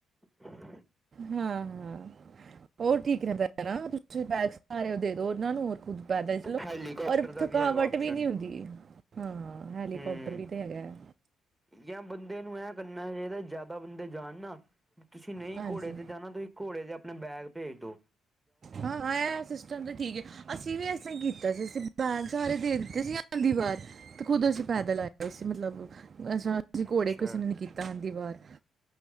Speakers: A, in the centre; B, on the right (about 45°).
A: ਹਾਂ
B: ਹਾਂ ਹਾਂ ਉਹ ਠੀਕ ਰਹਿੰਦਾ ਨਾ ਤੁਸੀਂ ਸਾਰੇ ਦੇ ਦਉ ਉਹਨਾਂ ਨੂੰ ਔਰ ਖੁਦ ਪੈਦਲ ਚਲੋ
A: ਹੈਲੀਕਾਪਟਰ
B: ਔਰ
A: ਦਾ
B: ਥਕਾਵਟ
A: ਹੈਗਾ ਆਪਸ਼ਨ
B: ਵੀ ਨਹੀਂ ਹੁੰਦੀ। ਹਾਂ ਹੈਲੀਕੋਪਟਰ
A: ਹੂੰ
B: ਵੀ ਤੇ ਹੈਗਾ ਹੈ।
A: ਜਾਂ ਬੰਦੇ ਨੂੰ ਐ ਕਰਨਾ ਚਾਹੀਦਾ ਐ ਜ਼ਿਆਦਾ ਬੰਦੇ ਜਾਣ ਨਾ। ਤੁਸੀਂ ਨਹੀਂ
B: ਹਾਂਜੀ
A: ਘੋੜੇ ਤੇ ਜਾਣਾ। ਤੁਸੀਂ ਘੋੜੇ ਤੇ ਆਪਣੇ ਬੈਗ ਭੇਜ ਦਿਉ।
B: ਹਾਂ ਆ ਸ ਚਲੋ ਠੀਕ ਏ ਅਸੀਂ ਵੀ ਇਸ ਤਰਾਂ ਕੀਤਾ ਸੀ ਅਸੀਂ ਬੈਗ ਸਾਰੇ ਦੇ ਦਿੱਤੇ ਸੀ ਆਂਦੀ ਵਾਰ। ਤੇ ਖੁਦ ਅਸੀਂ ਪੈਦਲ ਆਇਆ ਸੀ ਮਤਲਬ ਅ ਅਸੀਂ
A: ਅੱਛਾ
B: ਘੋੜੇ ਕਿਸੇ ਨੇ ਨੀ ਕੀਤਾ ਆਉਦੀ ਵਾਰ।